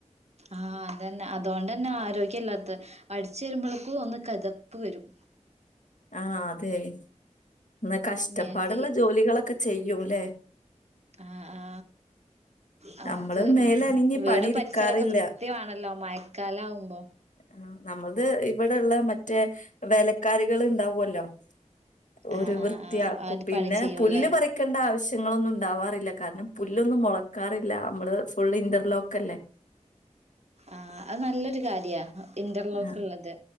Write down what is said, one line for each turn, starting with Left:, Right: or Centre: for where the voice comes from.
Right: ആഹ് അതന്നെ അതുകൊണ്ട്ന്നെ ആരോഗ്യല്ലാത്തെ അടിച്ചു വരുമ്പോളെക്കും ഒന്ന് കതപ്പ് വരും
Left: ആ അതെ ന്നാ കഷ്ടപ്പാടുള്ള
Right: നേക്ക്
Left: ജോലികളൊക്കെ ചെയ്യൂല്ലേ
Right: ആ ആ നമുക്ക്
Left: നമ്മള് മേലനങ്ങി
Right: വീടും
Left: പണിയെടുക്കാറില്ല
Right: പരിസരൊക്കെ വൃത്തിവാണല്ലോ മഴക്കാലം ആവുമ്പോ
Left: ആ നമ്മത് ഇവിടെള്ള മറ്റേ വേലക്കാരികള് ഉണ്ടാവുല്ലോ ഓര്
Right: ആഹ്
Left: വൃത്തിയാക്കും
Right: ആഹ് ആഹ് അത്
Left: പിന്നെ
Right: പണി ചെയ്യൂല്ലേ
Left: പുല്ല് പറ ക്കെണ്ട ആവശ്യങ്ങളൊന്നും ഉണ്ടാവാറില്ല കാരണം പുല്ലൊന്നും മുളക്കാറില്ല നമ്മള് ഫുൾ ഇന്റർലോക്കല്ലേ
Right: ആഹ് അത് നല്ലൊരു കാര്യ ഇന്റർലോക്ക്
Left: ആ
Right: ള്ളത്